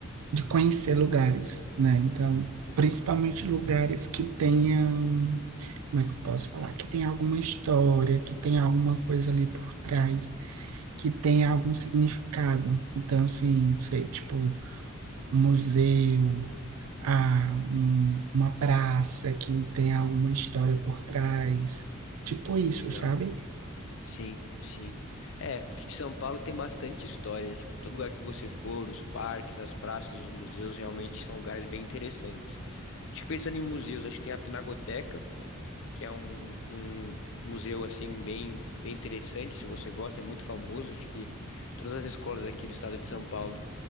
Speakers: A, on the right; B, on the left.
A: de conhecer lugares, né? Então, principalmente
B: Tá bom,
A: lugares que tenham, como é que eu posso falar? Que tenha alguma história, que tenha alguma coisa ali por trás, que tenha algum significado. Então, assim, sei, tipo, um museu, ah, um- uma praça que tenha alguma história por trás. Tipo isso,
B: legal.
A: sabe?
B: Sim, sim. É, acho que São Paulo tem bastante história. Acho que todo lugar que você for, os parques, as praças, os museus realmente são lugares bem interessantes. Acho que pensando em museus, acho que tem a Pinacoteca. que é um, um museu assim bem bem interessante, se você gosta, é muito famoso, acho que todas as escolas aqui do estado de São Paulo